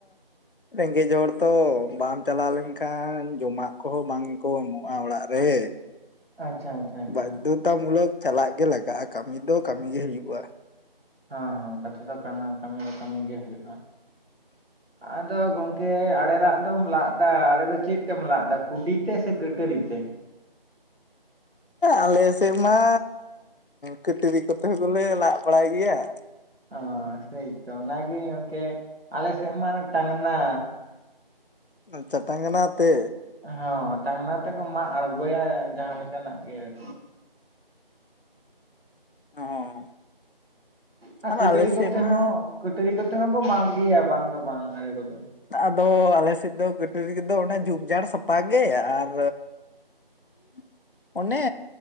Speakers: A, on the left; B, on the right.
A: ᱨᱮᱸᱜᱮᱡ ᱦᱚᱲ ᱛᱚ ᱵᱟᱢ ᱪᱟᱞᱟᱣ ᱞᱮᱱᱠᱷᱟᱱ ᱡᱚᱢᱟᱜ ᱠᱚᱦᱚᱸ ᱵᱟᱝ ᱠᱚ ᱮᱢᱚᱜᱼᱟ ᱚᱲᱟᱜ ᱨᱮ ᱨᱮᱦᱮ
B: ᱟᱪᱪᱷᱟ ᱟᱪᱪᱷᱟ ᱟᱪᱪᱷᱟ
A: ᱵᱟᱫᱽᱫᱷᱚᱛᱟ ᱢᱩᱞᱚᱠ ᱪᱟᱞᱟᱜ ᱜᱮ ᱞᱟᱜᱟᱜᱼᱟ ᱠᱟᱹᱢᱤ ᱫᱚ ᱠᱟᱹᱢᱤ ᱜᱮ ᱦᱩᱭᱩᱜᱼᱟ
B: ᱦᱚᱸ ᱦᱚᱸ ᱠᱟᱛᱷᱟ ᱫᱚ ᱠᱟᱱᱟ ᱠᱟᱹᱢᱤ ᱫᱚ ᱠᱟᱹᱢᱤ ᱜᱮ ᱦᱩᱭᱩᱜᱼᱟ ᱟᱫᱚ ᱜᱚᱝᱠᱮ ᱟᱲᱮ ᱞᱟᱜ ᱫᱚᱢ ᱞᱟᱜ ᱫᱟ ᱟᱲᱮ ᱫᱚ ᱪᱮᱫ ᱛᱮᱢ ᱞᱟᱜ ᱫᱟ ᱠᱩᱰᱤ ᱛᱮ ᱥᱮ ᱠᱟᱹᱴᱟᱹᱨᱤ ᱛᱮ
A: ᱟᱞᱮ ᱥᱮᱫ ᱢᱟ ᱠᱟᱹᱴᱨᱤ ᱠᱚᱛᱮ ᱦᱚᱸ ᱠᱚᱞᱮ ᱞᱟᱜ ᱵᱟᱲᱟᱭ ᱜᱮᱭᱟ
B: ᱚ ᱥᱮᱭᱛᱚ ᱚᱱᱟ ᱜᱤ ᱜᱚᱝᱠᱮ ᱟᱞᱮ ᱥᱮᱢᱟᱱ ᱴᱟᱝᱱᱟ
A: ᱟᱪᱷᱟ ᱴᱟᱝᱱᱟ ᱛᱮ
B: ᱦᱚᱸ ᱴᱟᱝᱱᱟ ᱛᱮᱠᱚ ᱢᱟᱜ ᱟᱬᱜᱚᱭᱟ ᱡᱟᱦᱟᱸ ᱞᱮᱠᱟᱱᱟᱜ ᱜᱮ ᱟᱨᱠᱤ
A: ᱦᱚᱸ
B: ᱦᱚᱸ
A: ᱟᱨ
B: ᱠᱟᱹᱴᱟᱹᱨᱤ
A: ᱟᱞᱮ ᱥᱮᱫ
B: ᱠᱚᱛᱮ
A: ᱢᱟ
B: ᱦᱚᱸ ᱠᱟᱹᱴᱟᱹᱨᱤ ᱠᱚᱛᱮ ᱦᱚᱸᱠᱚ ᱢᱟᱜ ᱜᱮᱭᱟ ᱵᱟᱝ ᱫᱚ ᱵᱟᱝ ᱟᱲᱮ ᱠᱚᱫᱚ᱾
A: ᱟᱫᱚ ᱟᱞᱮ ᱥᱮᱫ ᱫᱚ ᱠᱟᱹᱴᱟᱹᱨᱤ ᱠᱚᱫᱚ ᱚᱱᱟ ᱡᱷᱩᱯ ᱡᱷᱟᱲ ᱥᱟᱯᱷᱟ ᱜᱮ, ᱟᱨ <inaudible> ᱚᱱᱮ